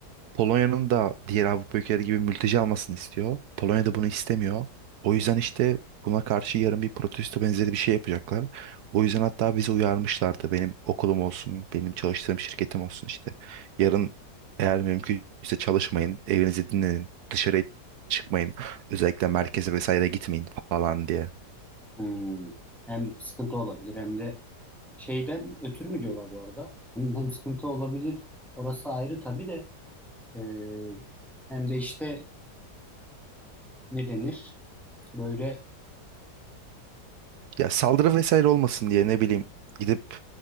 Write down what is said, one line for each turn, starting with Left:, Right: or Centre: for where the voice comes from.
Right: Polonya'nın da diğer Avrupa ülkeleri gibi mülteci almasını istiyor. Polonya da bunu istemiyor. O yüzden işte buna karşı yarın bir protesto benzeri bir şey yapacaklar. O yüzden hatta bizi uyarmışlardı. Benim okulum olsun, benim çalıştığım şirketim olsun işte. Yarın eğer mümkünse çalışmayın, evinizi dinlenin, dışarıya çıkmayın. Özellikle merkeze vesaire gitmeyin falan diye.
Centre: Hmm. Hem sıkıntı olabilir hem de şeyden ötürü mü diyorlar bu arada? Hem, hem sıkıntı olabilir. Orası ayrı tabii de. ee, hem de işte ne denir? Böyle
Right: Ya saldırı vesaire olmasın diye ne bileyim gidip